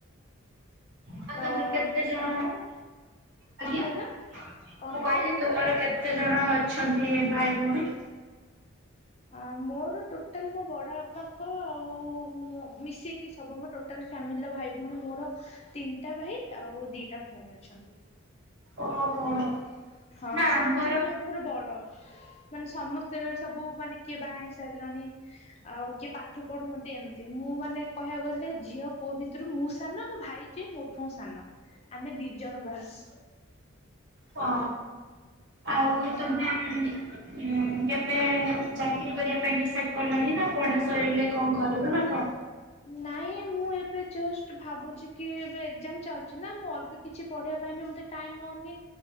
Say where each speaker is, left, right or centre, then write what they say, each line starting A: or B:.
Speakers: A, on the right (about 55°); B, on the left (about 30°).
A: ଆଉ
B: ତ
A: ତମର କେତେ ଜଣ
B: ତମର
A: ଆଜ୍ଞା
B: କ କହିଲ କ
A: ମୁଁ
B: କହିଲ?
A: କହିଲି ତୁମର କେ କେତେ ଜଣ ଅଛନ୍ତି ଭାଇ ଭଉଣୀ?
B: ଆ ମୋର ଟୋଟାଲ ମୋ ବଡ଼ ପାଙ୍କ ଆଉ ମୋ ମିଶେଇକି ସବୁ ଆମ ଟୋଟାଲ୍ ଫ୍ୟାମିଲିର ଭାଇ ଭଉଣୀ ମୋର ତିନିଟା ଭାଇ ଆଉ ଦିଟା ଭଉଣୀ ଅଛନ୍ତି।
A: ଓହୋ।
B: ହଁ
A: ନା
B: ସେମାନେ
A: ଆମର
B: ସବୁ ମୋ ଠାରୁ ବଡ ମାନେ ସମସ୍ତେ ବି ସବୁ ମାନେ କିଏ ବାହା ହେଇସାରିଲାଣି। ଆଉ କିଏ ପାଠ ପଢୁ ହନ୍ତି ଏମତି ମୁଁ ମାନେ କହିବାକୁ ଗଲେ ଝିଅ ପୁଅ ଭିତରୁ ମୁଁ ସାନ ମୋ ଭାଇ ଯେ ମୋଠୁ ସାନ ଆମେ ଦି ଜଣ ବାସ
A: ହ ଆଉ
B: ହଁ।
A: ତମେ- ହଁ କେବେ ଚାକିରି କରିବା ପାଇଁ ଡିସାଇଡ କଲଣି ନା ପଢା ସରିଲେ କଣ କରିବନା କଣ।
B: ନାଇଁ ମୁଁ ଏବେ ଜଷ୍ଟ ଭାବୁଛି କି ଏବେ ଏକ୍ଜାମ ଚାଲଛି ନା ମୁଁ ଅଲଗା କିଛି ପଢିବା ପାଇଁ ବି ମତେ ଟାଇମ ହଉନି